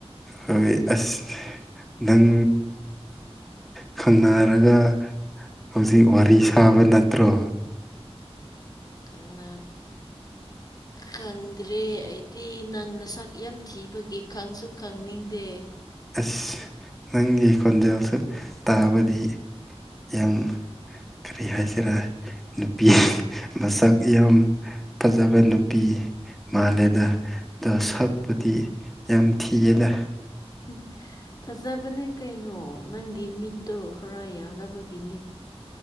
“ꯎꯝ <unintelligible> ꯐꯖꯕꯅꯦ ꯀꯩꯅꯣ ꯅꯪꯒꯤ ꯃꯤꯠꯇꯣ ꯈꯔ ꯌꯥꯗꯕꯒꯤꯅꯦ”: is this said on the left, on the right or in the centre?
Left